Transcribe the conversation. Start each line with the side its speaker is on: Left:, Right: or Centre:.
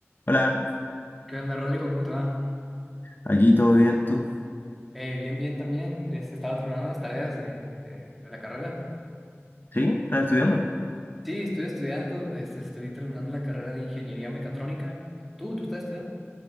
Left: Hola,
Centre: ¿Qué onda, Rodrigo? ¿Cómo te va?
Left: aquí todo bien, ¿tú?
Centre: Eh, bien, bien también. Este, estaba terminando las tareas de, de- de la carrera.
Left: ¿Sí? ¿Estás estudiando?
Centre: Sí, estoy estudiando, este, estoy terminando la carrera de ingeniería mecatrónica. ¿Tú, tú estás estudiando?